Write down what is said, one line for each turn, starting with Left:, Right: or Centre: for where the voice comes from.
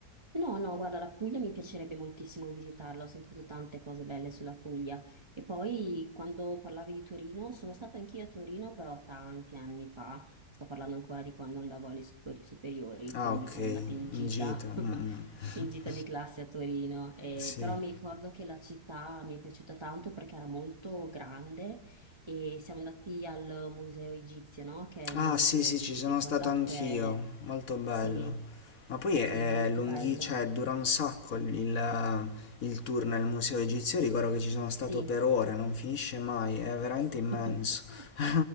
Right: No, no, guarda, la Puglia mi piacerebbe moltissimo visitarla, ho sentito tante cose belle sulla Puglia. E poi quando parlavi di Torino, sono stata anch'io a Torino, però tanti anni fa, sto parlando ancora di quando andavo alle superi- superiori,
Left: Ah,
Right: quindi
Left: ok,
Right: siamo andate in gita,
Left: in gita. mm,
Right: <laughs>
Left: <laughs>
Right: in gita
Left: mm.
Right: di classe a Torino. E
Left: Sì.
Right: però mi ricordo che la città mi è piaciuta tanto perché era molto grande E siamo andati al Museo Egizio, no? Che è il
Left: Ah
Right: museo
Left: sì sì,
Right: egizio
Left: ci sono
Right: più importante.
Left: stato anch'io, molto bello.
Right: Sì,
Left: Ma poi
Right: sì,
Left: è
Right: molto
Left: lunghi,
Right: bello.
Left: cioè dura un sacco il, il- il tour nel museo egizio, ricordo che ci sono stato
Right: Sì.
Left: per ore, non finisce mai, è veramente
Right: <laughs>
Left: immenso, <laughs>